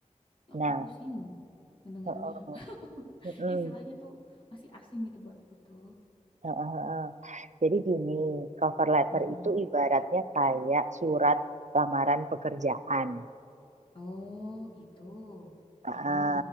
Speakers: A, on the left; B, on the right.
A: Ya,
B: Nah,
A: aku pusing mendengarnya.
B: heeh,
A: <laughs>
B: heeh.
A: Istilahnya tuh masih asing gitu buatku tuh.
B: Heeh, heeh. Jadi gini, cover letter
A: Mm-mm.
B: itu ibaratnya kayak surat lamaran pekerjaan.
A: Oh gitu.
B: Heeh,
A: Mm-mm.